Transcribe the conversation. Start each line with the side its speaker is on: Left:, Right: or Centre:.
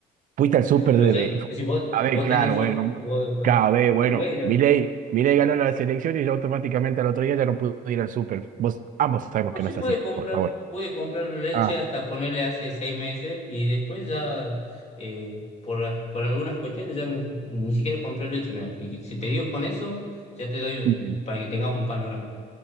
Right: fuiste al súper
Left: No
Right: desde...
Left: sé, y si vos,
Right: A ver,
Left: vos
Right: claro,
Left: tenés... fa-
Right: bueno,
Left: vos- vos-
Right: cada vez,
Left: y
Right: bueno,
Left: bueno,
Right: Milei, Milei ganó las elecciones y yo automáticamente al otro día ya no pude ir al súper. Vos, ambos sabemos
Left: no
Right: que
Left: se
Right: no es
Left: puede
Right: así,
Left: comprar.
Right: por favor.
Left: Pude comprar leche
Right: Ah,
Left: hasta ponerle hace seis meses y después ya, eh, por, a- por algunas cuestiones, ya ni siquiera compré leche. Mira, y si te digo con eso, ya te doy eh,
Right: bien.
Left: para que tengas un panorama.